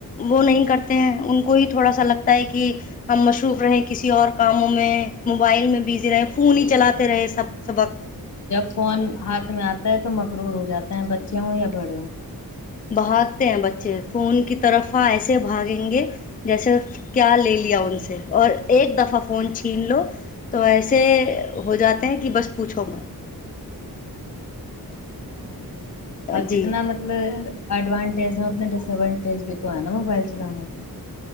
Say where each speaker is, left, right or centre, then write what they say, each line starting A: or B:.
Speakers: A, on the left; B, on the left.
A: وہ نہیں کرتے ہیں ان کو ہی تھوڑا سا لگتا ہے کہ ہم مصروف رہے کسی اور کاموں میں موبائل میں بزی رہے فون ہی چلاتے رہے سب سے وقت <unintelligible>
B: جب فون ہاتھ میں آتا ہے تو مغرور ہو جاتا ہے بچے ہوں یا بڑے ہوں <unintelligible>
A: بھاگتے ہیں بچے فون کی طرفہ ایسے بھاگیں گے جیسے کیا لے لیا ان سے اور ایک دفعہ فون چھین لو تو ایسے ہو جاتے ہیں کہ بس پوچھو مت <unintelligible>
B: ہاں جی <unintelligible> اب
A: جی
B: جتنا مطلب ایڈوانٹیج ہیں اتنا ڈسڈان <unintelligible> ز بھی تو ہے نا موبائل چلانے کے <unintelligible>